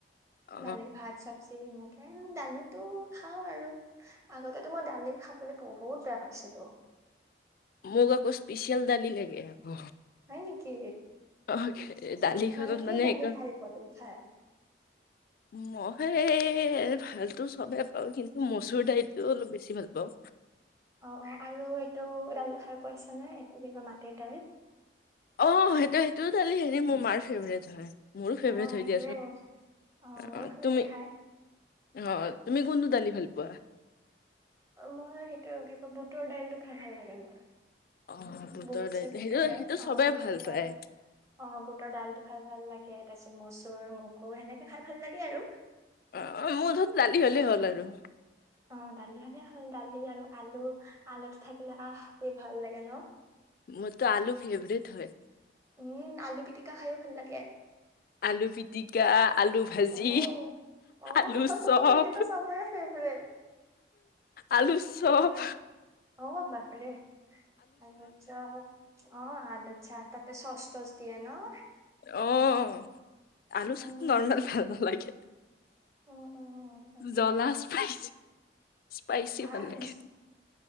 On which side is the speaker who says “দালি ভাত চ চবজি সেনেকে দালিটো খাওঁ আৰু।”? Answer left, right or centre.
Right